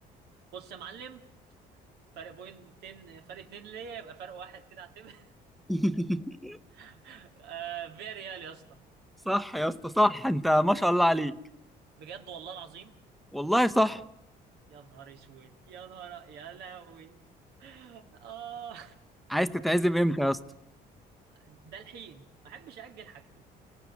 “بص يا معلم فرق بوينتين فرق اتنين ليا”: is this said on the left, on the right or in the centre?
Right